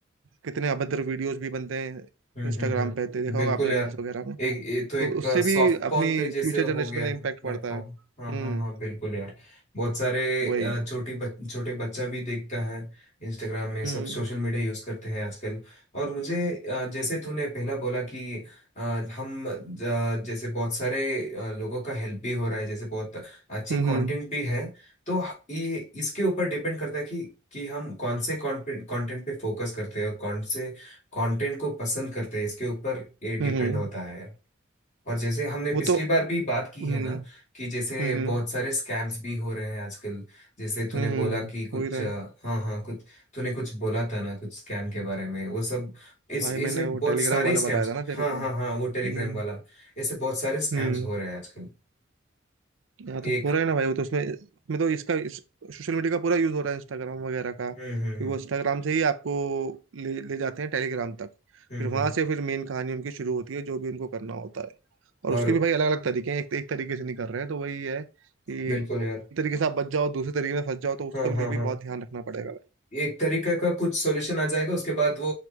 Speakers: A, on the right; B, on the left.
A: कितने अभद्र वीडियोस भी बनते हैं
B: हम्म
A: इंस्टाग्राम
B: हम्म हम्म
A: पे तो देखा
B: बिल्कुल
A: होगा आपने
B: यार
A: रील्स वगैरह में
B: एक ये तो एक
A: तो उससे
B: सॉफ्ट
A: भी
B: पॉन
A: अपनी
B: के जैसे
A: फ्यूचर
B: हो
A: जनरेशन
B: गया
A: में इम्पैक्ट
B: प्लेटफॉर्म
A: पड़ता है हम्म
B: हाँ हाँ हाँ बिल्कुल यार बहुत सारे अ,
A: वही
B: छोटी बच, छोटे बच्चा भी देखता है इंस्टाग्राम में सब
A: हम्म
B: सोशल मीडिया यूज करते हैं आजकल और मुझे अ, जैसे तूने पहला बोला कि अ, हम ज- जैसे बहुत सारे अ, लोगों का हेल्प भी हो रहा है जैसे बहुत अच्छी
A: हम्म
B: कंटेंट भी है तो ये इसके ऊपर डिपेंड करता है कि कि हम कौन से कंटेंट पे फोकस करते हैं और कौन से कंटेंट को पसंद करते हैं इसके ऊपर ये डिपेंड
A: हम्म हम्म,
B: होता है और जैसे हमने पिछली
A: वो तो
B: बार भी बात की
A: हम्म
B: है ना कि जैसे
A: हम्म
B: बहुत सारे स्कैम्स भी हो रहे हैं आजकल जैसे तूने
A: हम्म
B: बोला कि
A: हो
B: कुछ
A: ही रहा
B: अ,
A: है
B: हाँ हाँ कुछ तूने कुछ बोला था ना कुछ स्कैम के बारे में वो सब इस
A: भाई मैंने
B: ऐसे बहुत
A: वो टेलीग्राम
B: सारे
A: वाला
B: स्कैम्स
A: बताया था ना तेरे
B: हाँ
A: को
B: हाँ हाँ वो
A: हम्म
B: टेलीग्राम वाला ऐसे बहुत सारे स्कैम्स
A: हम्म
B: हो रहे हैं आजकल
A: यहाँ
B: एक
A: तो हो रहा है ना भाई वो तो उसमें उसमें तो इसका इस, सोशल मीडिया का पूरा यूज हो रहा है इंस्टाग्राम वगैरह का क्योंकि
B: हम्म हम्म हम्म
A: वो इंस्टाग्राम से ही आपको ले ले जाते हैं टेलीग्राम तक
B: हम्म
A: फिर वहां
B: हम्म
A: से फिर मेन कहानी उनकी शुरू होती है जो भी उनको करना होता है और
B: और
A: उसके भी भाई अलग अलग तरीके हैं एक, एक तरीके से नहीं कर रहे हैं तो वही है कि
B: बिल्कुल
A: एक
B: यार
A: तरीके से आप बच जाओ दूसरे तरीके में फंस जाओ तो उसका
B: हाँ
A: भी
B: हाँ
A: लिए भी
B: हाँ
A: बहुत ध्यान रखना पड़ेगा
B: ये एक तरीका का कुछ सॉल्यूशन आ जाएगा उसके बाद वो